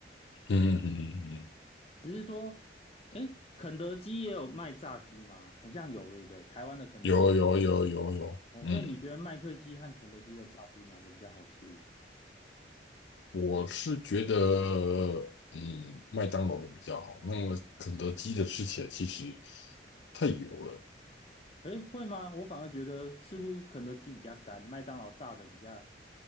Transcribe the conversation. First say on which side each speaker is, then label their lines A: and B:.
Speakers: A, on the left; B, on the left.
A: 嗯嗯嗯嗯，嗯
B: 只是说，诶，肯德基也有卖炸鸡吗？很像有，对不对？台湾的肯德基。
A: 有有有有有，
B: 哦，
A: 嗯，
B: 所以你觉得麦脆鸡和肯德基的炸鸡哪个比较好吃？
A: 我是觉得嗯麦当劳的比较好，那么肯德基的吃起来其实太油了。
B: 诶，会吗？我反而觉得似乎肯德基比较干，麦当劳炸的比较